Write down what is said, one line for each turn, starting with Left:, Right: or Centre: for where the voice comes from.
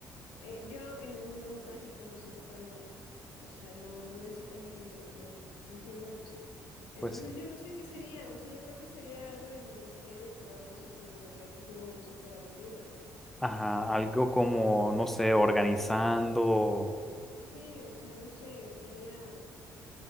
Left: Eh, yo en el mundo mágico no sirvo para nada, o sea, no, no necesitan ingenieros, no, no figuramos. Entonces
Centre: pues sí.
Left: yo no sé qué sería, o sea, yo creo que sería algo en el ministerio, pero algo súper burocrático o súper aburrido.
Centre: Ajá, algo como, no sé, organizando
Left: Sí, o sea, no sé, estaría...